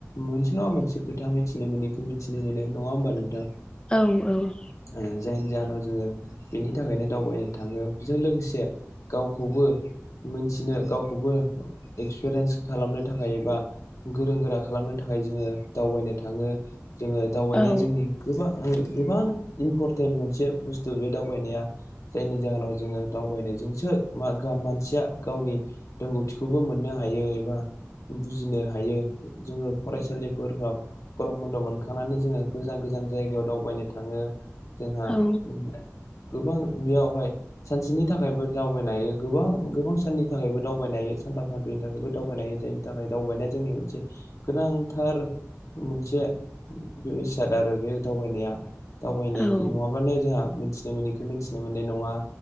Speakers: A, on the left; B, on the left.
A: मोनसे नङा मोनसे खोथा मिथिनो मोनैखौ मिथिनो मोनो नङा होमबा नोंथां?
B: औ औ।
A: ओ जायनि जाहोनाव जोङो बिनि थाखायनो दावबायनो थाङो बेजों लोगोसे गावखौबो मोनथिनो गावखौबो एक्सपिरियेन्स खालामनो थाखाय एबा गोरों गोरा खालामनो थाख थाखाय जोङो दावबायनो थाङो। जोङो दावबायनाया
B: औ
A: जोंनि गोबां गोबां इम्परटेन्ट मोनसे बुस्थु बे दावबायनाया जायनि जाहोनाव जोङो दावबायनाय जोंसो मा गा मानसिया गावनि रोंगौथिखौबो मोननो हायो एबा बुजिनो हायो जोंङो फरायसालिफोराव गरम बन्द मोनखांनानै जोंङो गोजान गोज गोजान जायगायाव दावबायनो थांङो जोंहा
B: औ
A: ओ गोबां बेयावहाय सानसेनि थाखायबो दावबायनो हायो गोबां गोबां साननि थाखायबो दावबायनो हायो सानथाम सानब्रै नि दावबायनो जायनि थाखाय दावबायनाया जोंनि मोनसे गोनांथार मोनसे इसाद आरो बे दावबायनो। दावबायनाय
B: औ
A: नंङाबानो जोंहा मिथिनो मोनैखौ मिथिनो मोननाय नंङा।